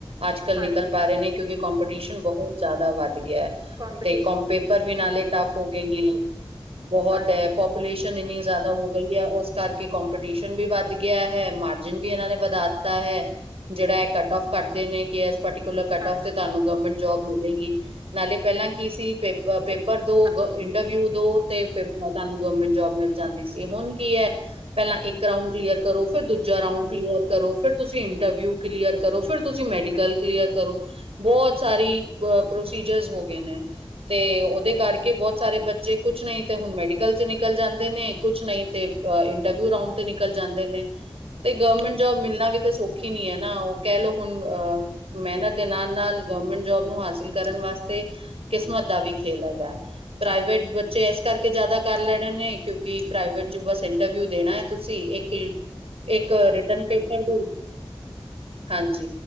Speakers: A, on the right; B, on the right.
A: ਅੱਜ ਕੱਲ੍ਹ
B: ਹਾਂਜੀ
A: ਨਿਕਲ ਪਾ ਰਹੇ ਨੇ, ਕਿਉਂਕਿ ਕੋਂਪੀਟੀਸ਼ਨ ਬਹੁਤ ਜ਼ਿਆਦਾ ਵੱਧ ਗਿਆ
B: ਕੰਪੀ
A: ਤੇ ਕਮ ਪੇਪਰ ਵੀ ਨਾਲੇ ਟਫ ਹੋ ਗਏ ਨੇ, ਬਹੁਤ
B: ਹਾਂਜੀ
A: ਹੈ ਪੂਲੇਸ਼ਨ ਇੰਨੀ ਜ਼ਿਆਦਾ ਹੋ ਗਈ ਹੈ, ਉਸ ਕਰਕੇ ਕੋਂਪੀਟੀਸ਼ਨ ਵੀ ਵੱਧ ਗਿਆ ਹੈ ਮਾਰਜਨ ਵੀ ਇਹਨਾਂ ਨੇ ਵਧਾ ਦਿਤਾ ਹੈ ਜਿਹੜਾ ਹੈ ਕੱਟ ਔਫ ਕਰਦੇ ਨੇ ਕਿ ਇਸਟੀਕਲਰ ਕਟ
B: ਹਾਂਜੀ
A: ਔਫ ਤੇ ਤੁਹਾਨੂੰ ਗਵਰਮੈਂਟ ਜੋਬ ਮਿਲੇਗੀ ਨਾਲੇ ਪਹਿਲਾਂ ਕੀ ਸੀ ਪੇਪਰ ਪੇਪਰ ਦੋ
B: ਹਾਂਜੀ ਹਾਂਜੀ
A: ਇੰਟਰਵਿਊ ਦੋ ਤੇ ਤੁਹਾਨੂੰ ਗਵਰਮੈਂਟ ਜੋਬ ਮਿਲ ਜਾਂਦੀ ਸੀ, ਹੁਣ ਕੀ ਹੈ, ਪਹਿਲਾਂ ਇੱਕ ਇਕ ਰਾਂਉਡ ਕਲੀਅਰ ਕਰੋ, ਫਿਰ ਦੂਜਾ ਰਾਊਂਡ ਕਲੀਅਰ ਕਰੋ, ਫਿਰ ਤੁਸੀਂ ਇੰਟਰਵਿਊ ਕਲੀਅਰ ਕਰੋ, ਫਿਰ ਤੁਸੀਂ ਮੈਡੀਕਲ ਕਲ ਕਲੀਅਰ ਕਰੋ, ਬਹੁਤ ਸਾਰੀ ਅ ਪ੍ਰੋਸੀਜਰ ਹੋ ਗਏ ਨੇ ਤੇ ਓਹਦੇ ਕਰਕੇ ਬੋਤ ਸਾਰੇ ਬੱਚੇ ਕੁਛ ਨਹੀਂ ਤੇ ਹੁਣ ਮੈਡੀਕਲ ਚ ਨਿਕਲ ਜਾਂਦੇ ਨੇ, ਕੁਛ ਨਹੀਂ ਤੇ ਇੰਟਰਵਿਊ ਰਾਊਂਡ ਤੇ ਨਿਕਲ ਜਾਂਦੇ ਨੇ। ਤੇ ਗੌਰਮੈਂਟ ਜੋਬ ਮਿਲਣਾ ਵੀ ਤਾਂ ਸੌਖੀ ਨੀ ਹੈ, ਓ ਕੈਹ ਲੋੋ ਹੁਣ ਅ ਮੇਹਨਤ ਦੇ ਨਾਲ-ਨਾਲ ਗਵੌਰਮੈਂਟ ਜੋਬ ਨੂੰ ਹਾਸਿਲ ਕਰਨ ਵਾਸਤੇ ਕਿਸਮਤ ਦਾ ਵੀ ਖੇਲ ਹੈਗਾ ਹੈ। ਪ੍ਰਾਈਵੇਟ ਬੱਚੇ ਏਸ ਕਰਕੇ ਜ਼ਿਆਦਾ ਕਰ ਲੈਣੇ ਨੇ। ਕਿਉਂਕਿ ਪ੍ਰਾਈਵੇਟ ਚ ਬਸ ਇੰਟਰਵਿਊ ਦੇਣਾ ਹੈ। ਤੁਸੀਂ ਇੱਕ ਕਿ ਇੱਕ ਰਿਟਨ ਪੇਪਰ ਦੇ ਹਾਂਜੀ।